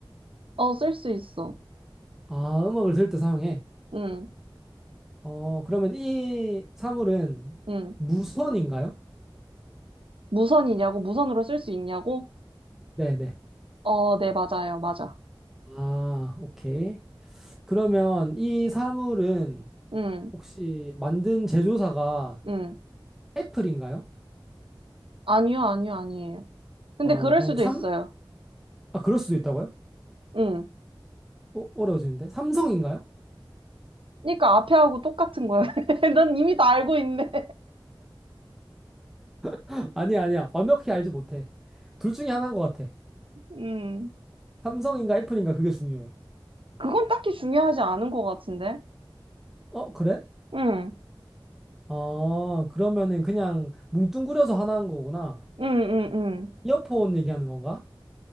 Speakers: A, on the right; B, in the centre.
A: 어, 쓸 수 있어.
B: 아, 음악을 들을 때 사용해.
A: 응,
B: 어, 그러면 이 사물은
A: 응.
B: 무선인가요?
A: 무선이냐고? 무선으로 쓸 수 있냐고?
B: 네네.
A: 어, 네, 맞아요. 맞아.
B: 아, 오케이. 그러면 이 사물은
A: 응,
B: 혹시 만든 제조사가
A: 응.
B: 애플인가요?
A: 아니요, 아니요, 아니에요. 근데
B: 어,
A: 그럴
B: 그러면
A: 수도
B: 삼,
A: 있어요.
B: 아, 그럴 수도 있다고요?
A: 응.
B: 어, 어려워지는데? 삼성인가요?
A: 그러니까 앞에 하고 똑같은 거야. <laughs> 난 이미 다 알고 있네.
B: <laughs> 아니야, 아니야. 완벽히 알지 못해. 둘 중에 하나인 것 같아.
A: 응.
B: 삼성인가 애플인가 그게 중요해.
A: 그건 딱히 중요하지 않은 것 같은데?
B: 어, 그래?
A: 응,
B: 어, 그러면은 그냥 뭉뚱그려서 하나인 거구나.
A: 응, 응, 응.
B: 이어폰 얘기하는 건가?